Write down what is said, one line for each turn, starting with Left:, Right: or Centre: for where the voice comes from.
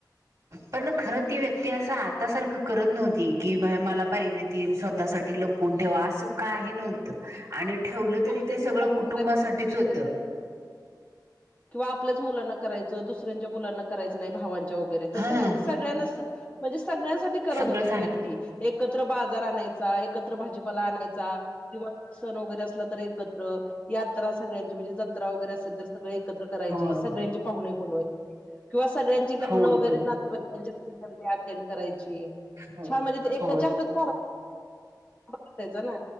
Right: पण खरं ती व्यक्ती असं, आता सारखं करत नव्हती. की बाय मला पाहिजे ती, स्वतःसाठी लप वूण ठेवा असं काही नव्हतं, आणि ठेवलं तरी
Left: आपल्याच
Right: ते सगळं
Left: मुलांना
Right: कुटुंबासाठीच
Left: करायचा दुसऱ्याच्या
Right: होतं.
Left: किंवा आपल्याच मुलांना करायचं, दुसऱ्यांच्या मुलांना करायचं नाही भावांच्या वगैरे, तसं
Right: हा
Left: नाही ते सगळ्यांनाच सा म्हणजे सगळ्यांसाठी करत
Right: सगळं
Left: होती
Right: सारख
Left: ती व्यक्ती. एकत्र बाजार आणायचा एकत्र भाजीपाला आणायचा. दिवाळीचा सण वगैरे असला तर एकत्र, यात्रा सगळ्यांची म्हणजे जत्रा वगैरे असेल तर सगळे एक एकत्र करायची.
Right: होय
Left: सगळयांची पाहुणे बोलवायची किंवा सगळ्यांची पाहुणे
Right: होय
Left: वैगेरे
Right: होय
Left: नातं बायकाच्या चुलत्याच्या अटेंड करायची.
Right: हो
Left: छान म्हणजे एकाच्या
Right: होय
Left: हातात कार ब असायचं ना,